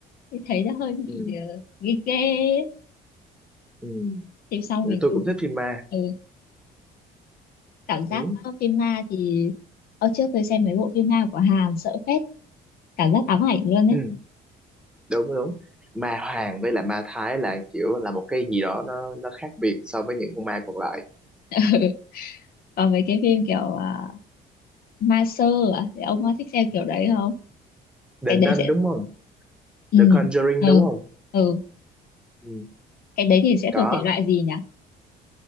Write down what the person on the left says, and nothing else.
thì thấy nó hơi bị
ờ, ghê ghê ấy.
thì xong
mình
cứ
ừ, cảm giác
ờ, phim ma thì ở trước tôi xem mấy bộ phim ma của Hàn sợ phết cảm giác ám ảnh luôn đấy
<laughs> còn mấy cái phim kiểu à, ma sơ à? thì ông có thích xem kiểu đấy không cái
đấy sẽ
ừ
ừ
ừ
cái đấy thì sẽ
thuộc thể loại gì nhỉ